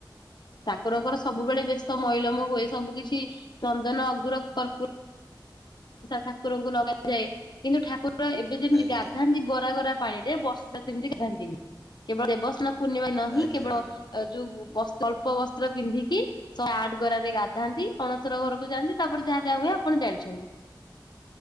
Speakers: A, on the left (about 60°); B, in the centre.
A: ଠାକୁରଙ୍କର ସବୁବେଳେ ବେଶ ମଇଲମ ହୁଏ ସବୁ କିଛି ଚନ୍ଦନ ଅଗୁର କର୍ପ ଠାକୁରଙ୍କୁ ଲଗାଯାଏ କିନ୍ତୁ ଠାକୁର ଏବେ ଯେମିତି
B: ଆଜ୍ଞା
A: ଗାଧାନ୍ତି ଗରା ଗରା ପାଣିରେ ବର୍ଷ ସାରା ଏମିତି ଗାଧାନ୍ତିନି, କେବଳ ଦେବସ୍ନ ପୂର୍ଣ୍ଣିମା ଦିନ ହିଁ
B: ଆଜ୍ଞା
A: କେବଳ
B: ଆଜ୍ଞା
A: ଯୋଉ ଅଳ୍ପ ବସ୍ତ୍ର ପିନ୍ଧିକି ଶହେ ଆଠ ଗରାରେ ଗାଧାନ୍ତି ଅଣସର ଘରକୁ ଯାଆନ୍ତି ତାପରେ ଯାହା ଯାହା ହୁଏ। ଆପଣ ଜାଣିଛନ୍ତି।